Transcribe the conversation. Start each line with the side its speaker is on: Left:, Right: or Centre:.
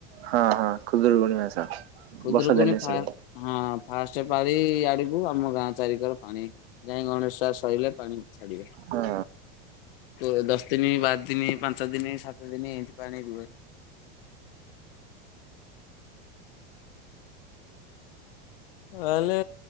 Right: ହଁ ହଁ ଖୁଦୁରୁକୁଣୀ ଓଷା।
Left: ଖୁଦୁରୁକୁଣୀ
Right: ବର୍ଷା ଦିନେ ଆସିବ
Left: ଫା ହଁ ଫାଷ୍ଟ୍ ପାଳି ୟାଡି କୁ ଆମ ଗାଁ ଚାରିିକର ପାଣି, ଯାଇ ଗଣେଶ ପୂଜା ସଇଲେ ପାଣି ଛାଡିବ।
Right: ହଁ
Left: <unintelligible> ଦଶ ଦିନି, ବାର ଦିନି, ପାଞ୍ଚ ଦିନି, ସାତ ଦିନି, ଏମତି ପାଣି ରୁହେ। ତା ହେଲେ